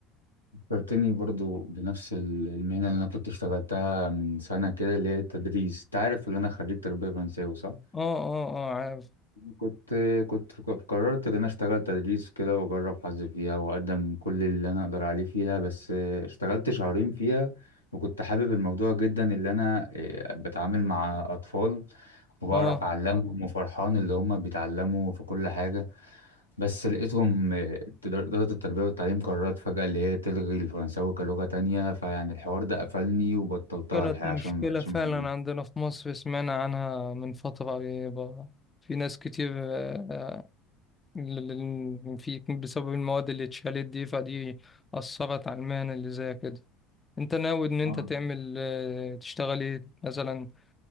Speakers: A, on the left; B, on the left.
A: فكرتني برضو بنفس ال- المهنة اللي أنا كنت اشتغلتها من سنة كده اللي هي التدريس تعرف اللي أنا خريج تربية فرنساوي صح؟
B: اه اه اه عارف
A: كنت كنت قررت إن أنا أشتغل تدريس كده وأجرب حظي فيها وأقدم كل اللي أنا أقدر عليه فيها بس اشتغلت شهرين فيها وكنت حابب الموضوع جدا اللي أنا اه، بتعامل مع أطفال وبعرف
B: اه
A: أعلمهم وفرحان اللي هم بيتعلموا في كل حاجة بس لقيتهم آه، إدارة التربية والتعليم قررت فجأة اللي هي تلغي الفرنساوي كلغة تانية فيعني الحوار ده قفلني وبطلتها
B: كانت
A: الحقيقة
B: مشكلة
A: عشان مبقتش
B: فعلا
A: موجود
B: عندنا في مصر سمعنا عنها من فترة قريبة في ناس كتير آه، ل- ل- في بسبب المواد اللي اتشالت دي فدي أثرت على المهنة اللي زي كده انت ناوي ان انت
A: اه
B: تعمل آه، تشتغل ايه مثلا